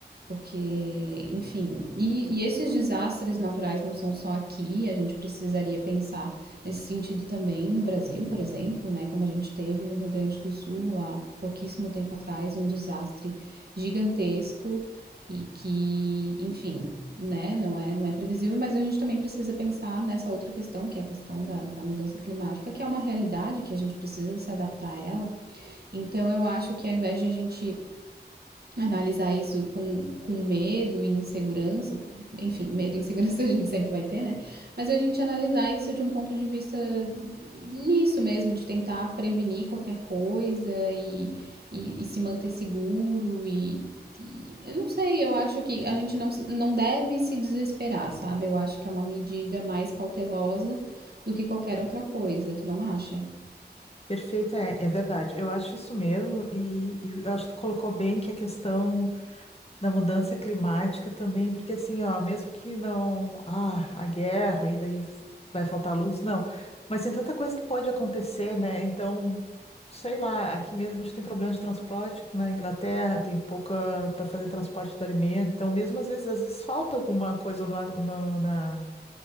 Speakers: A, on the right (about 65°); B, on the left (about 35°).
A: Porque, enfim, e, e esses desastres naturais não são só aqui, a gente precisaria pensar nesse sentido também no Brasil, por exemplo, né? Como a gente teve no Rio Grande do Sul há pouquíssimo tempo atrás, um desastre gigantesco e que, enfim, né, não é, não é previsível, mas a gente também precisa pensar nessa outra questão, que é a questão da, da mudança climática, que é uma realidade que a gente precisa se adaptar a ela. Então, eu acho que ao invés de a gente analisar isso com, com medo e insegurança, enfim, medo e insegurança <laughs> a gente sempre vai ter, né? Mas a gente analisar isso de um ponto de vista nisso mesmo, de tentar prevenir qualquer coisa e, e, e se manter seguro e, e eu não sei, eu acho que a gente não, não deve se desesperar, sabe? Eu acho que é uma medida mais cautelosa do que qualquer outra coisa, tu não acha?
B: Perfeito, é, é verdade. Eu acho isso mesmo, e, e eu acho que tu colocou bem que a questão. da mudança climática também, porque assim, ó, mesmo que não, ah, a guerra e daí f- vai faltar luz, não, mas tem tanta coisa que pode acontecer, né? Então, sei lá, aqui mesmo a gente tem problema de transporte, aqui na Inglaterra tem pouca para fazer transporte do alimento, então mesmo às vezes, às vezes falta alguma coisa no, ar- no- na